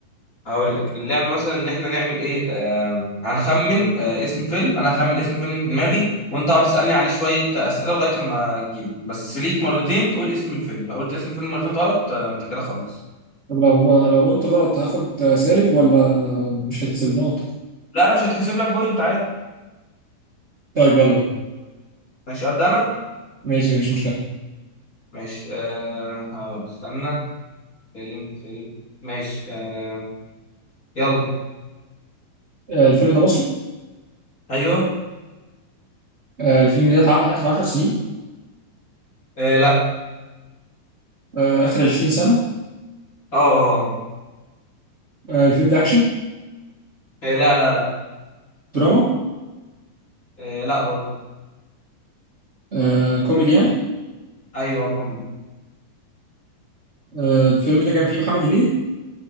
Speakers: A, on the left; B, on the right.
A: هقول لك اللعبة مثلا ان احنا نعمل ايه آه هنخمن آه اسم فيلم انا هخمن اسم فيلم في دماغي وانت اقعد تسألني عليه شوية أسئلة لغاية اما تجيب بس ليك مرتين تقول اسم الفيلم لو قلت اسم الفيلم مرتين غلط آه انت كده خلاص
B: طب لو لو قلت غلط هاخد سالب ولا مش هيتحسب نقط
A: لا مش هيتحسب لك بوينت عادي
B: طيب يلا بينا
A: ماشي ابدأ انا
B: ماشي مفيش مشكله
A: ماشي آه ها، استنى فيلم فيلم ماشي آه يلا
B: آه، الفيلم ده مصري
A: ايوه
B: آه، الفيلم ده اتعمل اخر 10 سنين
A: آه لا
B: آه، اخر 20 سنه
A: اه آه.
B: آه، الفيلم ده اكشن
A: آه، آه، لا لا لا
B: دراما
A: آه لا برضه
B: آه، كوميدي يعني
A: ايوه كوميدي
B: آه، الفيلم ده كان فيه محمد هنيدي